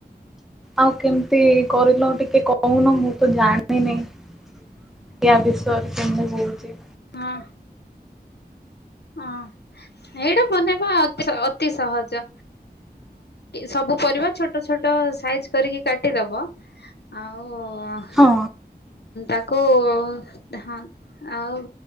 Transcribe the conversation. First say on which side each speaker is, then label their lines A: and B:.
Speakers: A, in the centre; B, on the left.
A: ଆଉ କେମିତି କରିଲ ଟିକେ କହୁନ ମୁଁ ମୁ ତ ଜାଣିନି ଏହା ବିଷୟରେ କେମିତି ହଉଛି।
B: ହଁ ହଁ ଏଇଟା ବନେଇବା ଅତି ଅତି ଅତି ସହଜ ସବୁ ପରିବା ଛୋଟ ଛୋଟ ସାଇଜ କରିକି କାଟିଦବ ଆଉ, ଓ ଆ
A: ହଁ
B: ତାକ, କଉ ହଁ ଆଉ